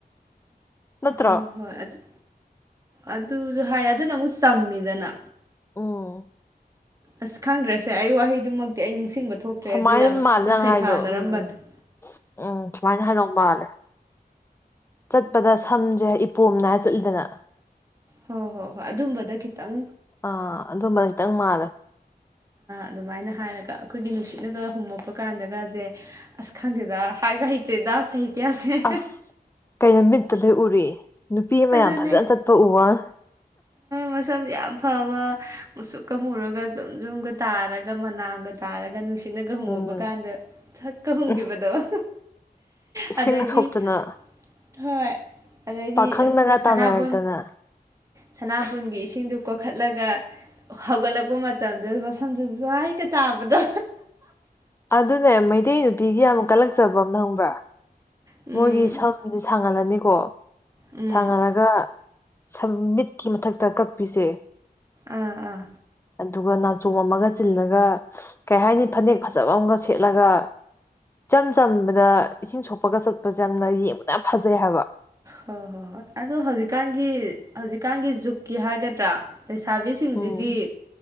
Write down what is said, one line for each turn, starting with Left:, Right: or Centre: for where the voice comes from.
Left: ꯅꯠꯇꯔꯣ
Right: ꯍꯣꯏ ꯍꯣꯏ ꯑꯗꯨ ꯑꯗꯨꯁꯨ ꯍꯥꯏ ꯑꯗꯨꯅ ꯑꯃꯨꯛ ꯆꯝꯃꯤꯗꯅ
Left: ꯎꯝ
Right: ꯑꯁ ꯈꯪꯗ꯭ꯔꯁꯦ ꯑꯩ ꯋꯥꯍꯩꯗꯨꯃꯛꯇꯤ ꯑꯩ ꯅꯤꯡꯁꯤꯡꯕ ꯊꯣꯛꯇ꯭ꯔꯦ
Left: ꯁꯨꯃꯥꯏꯅ
Right: ꯑꯗꯨ ꯌꯥꯝ
Left: ꯃꯥꯜꯂꯦ
Right: ꯑ
Left: ꯅꯪ
Right: ꯁꯩꯊꯥꯅꯔꯝꯕꯅꯦ
Left: ꯍꯥꯏꯗꯣ ꯎꯝ
Right: ꯫
Left: ꯎꯝ ꯁꯨꯃꯥꯏꯅ ꯍꯥꯏꯗꯧ ꯃꯥꯜꯂꯦ ꯆꯠꯄꯗ ꯁꯝꯁꯦ ꯏꯄꯣꯝꯅꯏꯔ ꯆꯠꯂꯤꯗꯅ
Right: ꯍꯣꯏ ꯍꯣꯏ ꯍꯣꯏ ꯑꯗꯨꯝꯕꯗ ꯈꯤꯇꯪ
Left: ꯑꯥ ꯑꯗꯨꯝꯕ ꯈꯤꯇꯪ ꯃꯥꯜꯂꯦ
Right: ꯑꯗꯨꯃꯥꯏꯅ ꯍꯥꯏꯔꯒ ꯑꯩꯈꯣꯏꯒꯤ ꯅꯨꯡꯁꯤꯠꯅꯒ ꯍꯨꯝꯃꯛꯄ ꯀꯥꯟꯗꯒꯁꯦ ꯑꯁ ꯈꯪꯗꯦꯗ ꯍꯥꯏꯕ ꯍꯩꯇꯦꯗ ꯁꯍꯤꯇꯌꯥꯁꯦ
Left: ꯑꯁ ꯀꯩꯅꯣ ꯃꯤꯠꯇ ꯂꯣꯏ ꯎꯔꯤ ꯅꯨꯄꯤ ꯃꯌꯥꯝ
Right: ꯑꯗꯨꯅꯦ
Left: ꯐꯖꯅ ꯆꯠꯄ ꯎꯕꯋꯥꯅꯦ
Right: ꯃꯁꯝ ꯌꯥꯝ ꯐꯕ ꯃꯨꯁꯨꯛꯀ ꯃꯨꯔꯒ ꯖꯨꯝ ꯖꯨꯝꯒ ꯇꯥꯔꯒ ꯃꯅꯥꯝꯒ ꯇꯥꯔꯒ ꯅꯨꯡ ꯁꯤꯅꯒ ꯍꯨꯝꯉꯨꯕ
Left: ꯎꯝ
Right: ꯀꯥꯟꯗ ꯁꯛꯀ ꯍꯨꯝꯈꯤꯕꯗꯣ
Left: ꯎꯝ ꯏꯁꯤꯡ
Right: ꯑꯗꯩꯗꯤ
Left: ꯁꯣꯛꯇꯅ
Right: ꯍꯣꯏ ꯑꯗꯩꯗꯤ
Left: ꯄꯥꯈꯪꯅꯒ
Right: ꯁꯅꯥꯕꯨꯟ
Left: ꯇꯥꯟꯅꯔꯛꯇꯅ
Right: ꯁꯅꯥꯕꯨꯟꯒꯤ ꯏꯁꯤꯡꯗꯨ ꯀꯣꯛꯈꯠꯂꯒ ꯍꯧꯒꯠꯂꯛꯄ ꯃꯇꯝꯗ ꯃꯁꯐꯝꯗꯨ ꯁ꯭ꯋꯥꯏꯒ ꯇꯥꯕꯗꯣ
Left: ꯑꯗꯨꯅꯦ ꯃꯩꯇꯩ ꯅꯨꯄꯤꯒꯤ ꯌꯥꯝ ꯀꯜꯂꯛꯆꯕ ꯑꯃ ꯈꯪꯕ꯭ꯔꯥ
Right: ꯎꯝ
Left: ꯃꯣꯏꯒꯤ ꯁꯝꯁꯦ ꯁꯥꯡꯍꯜꯂꯅꯤꯀꯣ
Right: ꯎꯝ
Left: ꯁꯥꯡꯍꯜꯂꯒ ꯁꯝ ꯃꯤꯠꯀꯤ ꯃꯊꯛꯇ ꯀꯛꯄꯤꯁꯦ
Right: ꯑꯥ ꯑꯥ
Left: ꯑꯗꯨꯒ ꯅꯥꯆꯣꯝ ꯑꯃꯒ ꯆꯤꯜꯂꯒ ꯀꯩ ꯍꯥꯏꯅꯤ ꯐꯅꯦꯛ ꯐꯖꯕ ꯑꯃꯒ ꯁꯦꯠꯂꯒ ꯏꯆꯝ ꯆꯝꯕꯗ ꯏꯁꯤꯡ ꯁꯣꯛꯄꯒ ꯆꯠꯄꯁꯦ ꯌꯥꯝꯅ ꯌꯦꯡꯕꯗ ꯌꯥꯝ ꯐꯖꯩ ꯍꯥꯏꯕ꯫
Right: ꯍꯣꯏ ꯍꯣꯏ ꯍꯣꯏ ꯑꯗꯣꯍꯧꯖꯤꯛꯀꯥꯟꯒꯤ ꯍꯧꯖꯤꯛꯀꯥꯟꯒꯤ ꯖꯨꯛꯀꯤ ꯍꯥꯏꯒꯗ꯭ꯔꯥ ꯂꯩꯁꯥꯕꯤꯁꯤꯡꯁꯤꯗꯤ
Left: ꯎꯝ